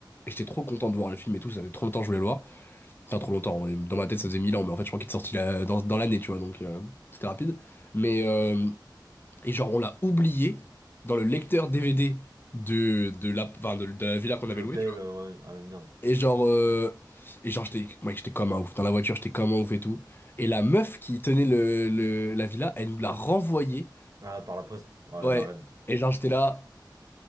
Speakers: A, on the left (about 25°); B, on the right (about 45°).
A: et j'étais trop content de voir le film et tout. Ça faisait trop longtemps que je voulais le voir. Enfin, trop longtemps. ouais. Dans ma tête, ça faisait 1000 ans, mais en fait, je crois qu'il est sorti la- dans, dans l'année, tu vois, donc euh, c'était rapide. Mais, euh, et genre, on l'a oublié dans le lecteur DVD de, de la, enfin, de de la villa qu'on
B: De
A: avait
B: l'hôtel,
A: louée.
B: euh, ouais, ah, merde.
A: Et genre, euh, et genre j'étais mec, j'étais comme un ouf. Dans la voiture, j'étais comme un ouf et tout. Et la meuf qui tenait le, le- la villa, elle nous l'a renvoyée.
B: Ah, par la poste, ouais,
A: Ouais.
B: la reine.
A: Et genre, j'étais là.